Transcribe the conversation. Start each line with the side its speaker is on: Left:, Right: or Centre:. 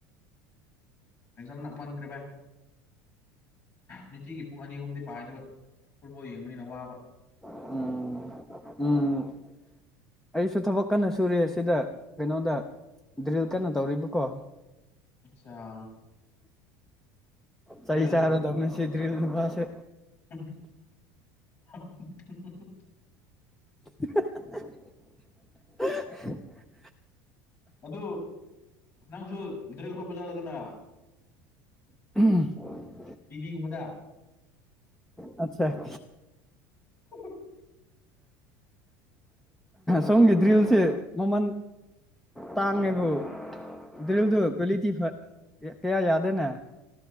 Left: ꯑꯦꯖꯝ ꯅꯛꯃꯟꯇ꯭ꯔꯦ ꯕꯥꯏ ꯅꯨꯡꯇꯤꯒꯤ ꯄꯨꯡ ꯑꯅꯤ ꯑꯍꯨꯝꯗꯤ ꯄꯥꯏꯗꯣ ꯐꯨꯠꯕꯣꯜ ꯌꯦꯡꯕꯅꯤꯅ ꯋꯥꯕ
Centre: ꯎꯝ ꯎꯝ ꯑꯩꯁꯨ ꯊꯕꯛ ꯀꯟꯅ ꯁꯨꯨꯔꯦ ꯁꯤꯗ ꯀꯩꯅꯣꯗ ꯗ꯭ꯔꯤꯜ ꯀꯟꯅ ꯇꯧꯔꯤꯕꯀꯣ
Left: ꯑꯆꯥ
Centre: ꯁꯩ
Left: ꯗ꯭ꯔꯤꯜ
Centre: ꯆꯥꯔꯣ ꯑꯗꯨꯝꯃꯦ ꯁꯤꯗ꯭ꯔꯤꯜ ꯅꯤꯄꯥꯥꯁꯦ
Left: <inaudible>
Centre: <unintelligible>
Left: ꯑꯗꯨ ꯅꯪꯁꯨ ꯗ꯭ꯔꯤꯜ ꯍꯨꯠꯄ ꯆꯠꯂꯣꯗꯅ
Centre: ꯎꯝ
Left: ꯄꯤꯕꯤꯒꯨꯝꯕꯗ
Centre: ꯑꯆꯥ
Left: <inaudible>
Centre: ꯁꯣꯝꯒꯤ ꯗ꯭ꯔꯤꯜꯁꯦ ꯃꯃꯜ ꯇꯥꯡꯉꯦꯕꯨ ꯗ꯭ꯔꯤꯜꯗꯨ ꯀ꯭ꯋꯂꯤꯇꯤ ꯐ ꯀꯌꯥ ꯌꯥꯗꯦꯅꯦ